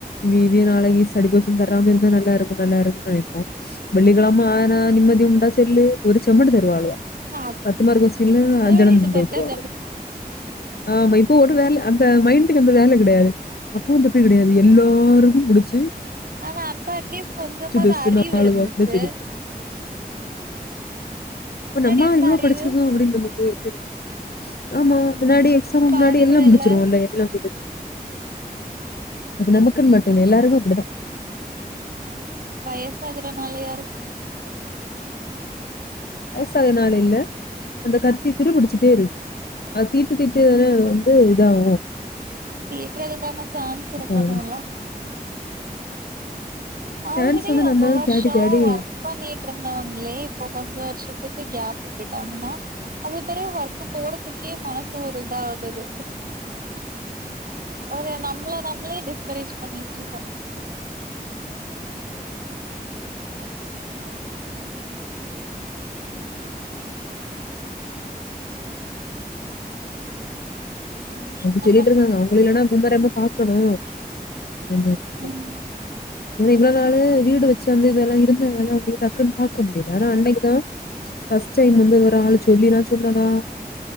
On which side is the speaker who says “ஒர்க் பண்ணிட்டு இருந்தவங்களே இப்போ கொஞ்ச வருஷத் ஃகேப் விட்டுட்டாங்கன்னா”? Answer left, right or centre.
Right